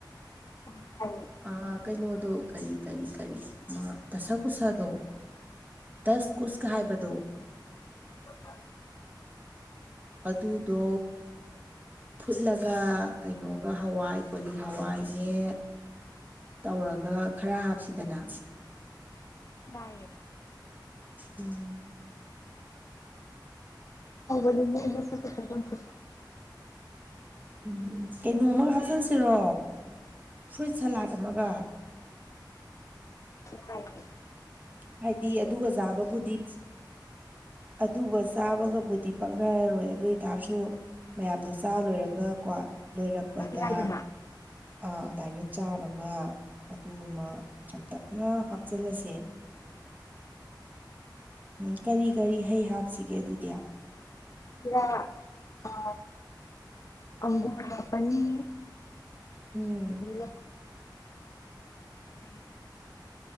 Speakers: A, on the left (about 40°); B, on the right (about 20°).
A: ꯐꯧ
B: ꯑ ꯀꯩꯅꯣꯗꯣ ꯀꯔꯤ ꯀꯔꯤ ꯀꯔꯤ ꯃꯥ ꯇꯁ ꯀꯨꯁꯗꯣ ꯇꯁ ꯀꯨꯁꯀ ꯍꯥꯏꯕꯗꯣ
A: <unintelligible>
B: ꯑꯗꯨꯗꯣ ꯐꯨꯠꯂꯒ ꯀꯩꯅꯣꯒ ꯍꯋꯥꯏ ꯀꯣꯂꯤ ꯍꯋꯥꯏꯅꯦ ꯇꯧꯔꯒ ꯈꯔ ꯍꯥꯞꯁꯤꯗꯅ
A: ꯌꯥꯢꯌꯦ
B: ꯎꯝ
A: ꯍꯧꯕꯗꯒꯤ ꯑꯩ ꯃꯁꯛꯇꯨ ꯈꯪꯍꯧꯗꯦ
B: ꯎꯝ ꯀꯩꯅꯣ ꯑꯃꯒ ꯍꯥꯞꯆꯟꯁꯤꯔꯣ ꯐ꯭ꯔꯨꯏꯠ ꯁꯂꯥꯠ ꯑꯃꯒ
A: ꯍꯥꯏ
B: ꯍꯥꯏꯗꯤ ꯑꯗꯨꯒ ꯆꯥꯕꯕꯨꯗꯤ ꯑꯗꯨꯒ ꯆꯥꯕꯒꯕꯨꯗꯤ ꯄꯛꯅꯔꯔꯣꯢ ꯑꯗꯨꯢ ꯇꯥꯔꯁꯨ ꯃꯌꯥꯝꯗ ꯆꯥ ꯂꯣꯢꯔ ꯒꯀꯣ ꯂꯣꯏꯔꯛꯄꯗ
A: ꯌꯥꯏꯗꯅ
B: ꯑ ꯑꯗꯥꯏꯅ ꯆꯥꯅꯕ ꯑꯗꯨ ꯑꯃ ꯆꯝꯇꯛꯅ ꯍꯥꯞꯆꯜꯂꯁꯦ ꯎꯝ ꯀꯔꯤ ꯀꯔꯤ ꯍꯩ ꯍꯥꯞꯁꯤꯒꯦ ꯑꯗꯨꯗꯤ
A: ꯈꯨꯔꯥ ꯑ ꯑꯪꯒꯨꯔ ꯍꯥꯞꯄꯅꯤ
B: ꯎꯝ
A: ꯂꯞꯐꯨ <unintelligible>